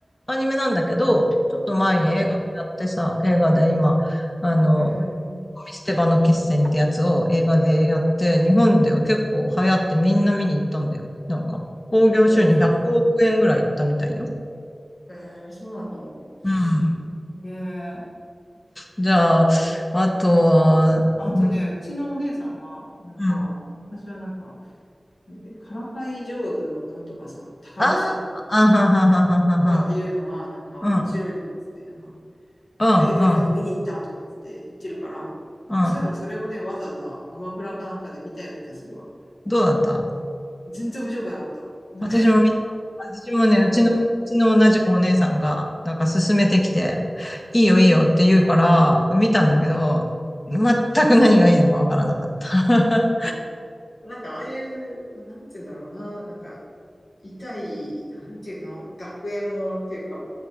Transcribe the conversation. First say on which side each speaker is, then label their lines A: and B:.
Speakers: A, on the left; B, on the left.
A: アニメなんだけど、ちょっと前に映画でやってさ、
B: うん。
A: 映画で今、あの、
B: え
A: ゴミ捨て場の決戦ってやつを映画でやって、日本では結構流行ってみんな見に行ったんだよ。なんか、興行収入100億円ぐらいいったみたいよ。
B: ー、えー、そうなの。えー、そうなんだ。知らないね。
A: うん。じゃあ、あとは、
B: あとね、
A: うん、
B: うちのお姉さんが、なんか、
A: うん。
B: 私はなんか、なんだっけ、からかい上手のなんとかさん、高木さん
A: ああ、あはははははは。
B: とかっていうのが、なんか面白いとかっつって、
A: うん、
B: なんか、なん
A: うん、
B: か映画館に見に行ったとかっつって言ってるから、
A: うん、
B: なんかそういえばそれをね、
A: うん。
B: わざわざアマプラかなんかで見たような気がするわ。
A: どうだった
B: 全然面白くなかった。なんか
A: 私も見た。私もね、うちの、うちの同じ子お姉さんが、なんか勧めてきて、いいよいいよって言うから、見たんだけど、全く何がいいのかわからなかった。<laughs>
B: なんかああいう、まあ、なんて言うんだろうな、なんか、痛い、なんていうの、学園ものっていうか、